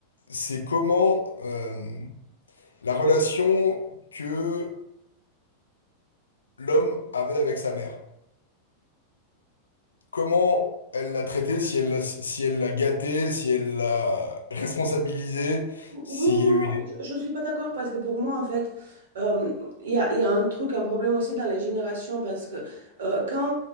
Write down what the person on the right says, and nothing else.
Oui,
non,
je ne suis pas d'accord parce que pour moi, en fait, euh, il y a, il y a un truc, un problème aussi dans les générations parce que euh, quand